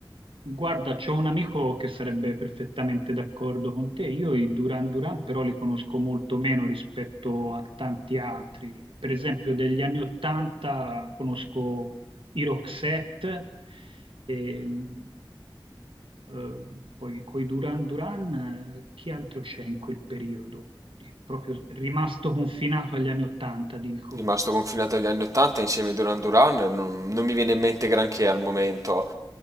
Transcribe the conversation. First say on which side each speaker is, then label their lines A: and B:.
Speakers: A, on the right; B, on the right.
A: Guarda, c'ho un amico che sarebbe perfettamente d'accordo con te. Io i Duran Duran però li conosco molto meno rispetto a tanti altri. Per esempio, degli anni Ottanta conosco i Roxette, e, mh, eh, poi coi Duran Duran, eh, chi altro c'è in quel periodo? È proprio rimasto confinato agli anni Ottanta, dico.
B: rimasto confinato agli anni 80 insieme a Duran Duran, non, non mi viene in mente granché al momento,